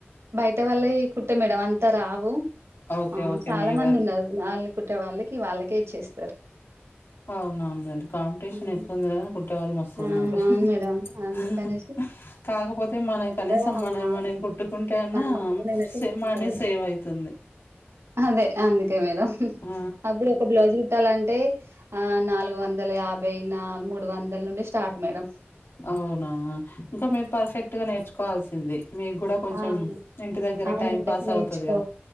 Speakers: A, on the right; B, on the left.
A: బయట వాల్లయి కుట్టమేడం అంతరావు
B: ఓకే
A: ఆ
B: ఓకే
A: చాలామంది
B: మీ వరకు
A: ఉన్నారు ద్నళ్ళకుట్టే వాళ్ళకి వాళ్ళకే ఇచ్చేస్తారు
B: అవునా నంటి కాంపిటీషన్
A: హ్మ్.
B: ఎక్కుఉంది కదా కుట్టే వాళ్ళు మస్తు
A: ఆ
B: ఉన్నావ్
A: అవును
B: హు హు
A: మేడం అందుకనేసి
B: హ హ హా కాకపోతే మనయి
A: ఓన్గా
B: కనీసం మనవి
A: మా
B: మనం కుట్టుకుంటే అన్నా
A: నా మటుకు నేనైతే
B: సేమ్
A: కుట్టుకుంటా
B: మనీ
A: మేడం
B: సేవ్ అయితుంది
A: అదే అందుకే మేడమ్ హు హు
B: ఆ
A: అప్పుడు ఒక బ్లౌజ్ ట్టాలంటే ఆ నాలుగు వందల యాభై న మూడు వందల నుండి స్టార్ట్ మేడం
B: అవునా ఇంకా మీరు పర్ఫెక్ట్ గా నేర్చుకోవాల్సింది మీ గుడా కొంచెం
A: ఆ
B: ఇంటి దగ్గర
A: అవును
B: టైం
A: మేడం
B: పాస్
A: నేర్చుకో
B: అవుతది కదా